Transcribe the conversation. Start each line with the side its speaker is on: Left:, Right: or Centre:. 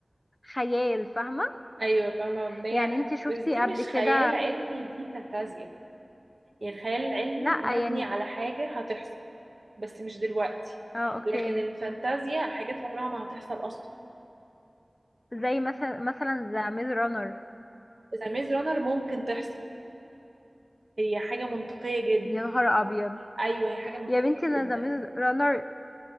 Left: خيال فاهمة
Right: ايوه فاهمه مبنيه
Left: يعني انتي شفتي
Right: بس دي مش
Left: قبل كده
Right: خيال علمي دي فانتازيا يعني الخيال العلمي
Left: لا
Right: مبني
Left: يعني
Right: على حاجه هتحصل بس مش دلوقتي
Left: اه اوكي
Right: لكن الفانتازيا حاجات عمرها ما هتحصل اصلا
Left: زي مثلا مثلا ذا ميز رانر
Right: اذا ميز رانر ممكن تحصل هي حاجه منطقيه جدا
Left: يا نهار ابيض
Right: ايوه هي حاجه منطقيه
Left: يا بنتي انا
Right: جدا
Left: زميل رانر